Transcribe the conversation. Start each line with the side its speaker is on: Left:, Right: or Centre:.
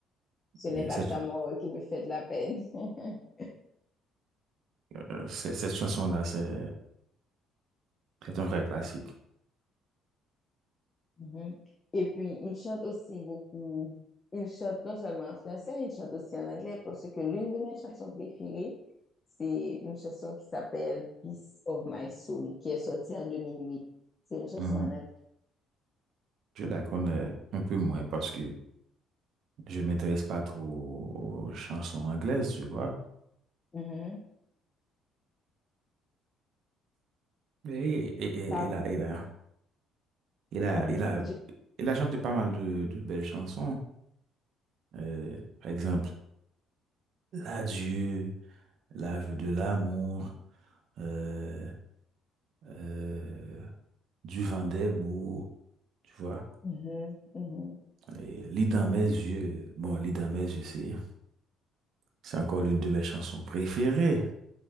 Left: Ce n'est
Right: et
Left: pas
Right: cette,
Left: sa mort qui me fait de la peine. <laughs>
Right: euh, cette, cette chanson-là, c'est c'est un vrai classique.
Left: Mhm. Et puis, il chante aussi beaucoup. Il chante non seulement en français, il chante aussi en anglais parce que l'une de mes chansons préférées, c'est une chanson qui s'appelle Peace of My Soul, qui est sortie en 2008. C'est une chanson
Right: Mhm.
Left: en anglais.
Right: Je la connais un peu moins parce que je ne m'intéresse pas trop aux chansons anglaises, tu vois.
Left: Mhm.
Right: Mais et,
Left: Ça-
Right: et- il a, il a, il a,
Left: mhm.
Right: il a,
Left: Je-
Right: il a chanté pas mal de, de belles chansons. Euh, par exemple, L'adieu, L'aveu de l'amour, euh, euh, Du vent des mots, tu vois.
Left: mhm. Mhm.
Right: Et Lit dans mes yeux. Bon, Lit dans mes yeux, c'est, c'est encore l'une de mes chansons préférées.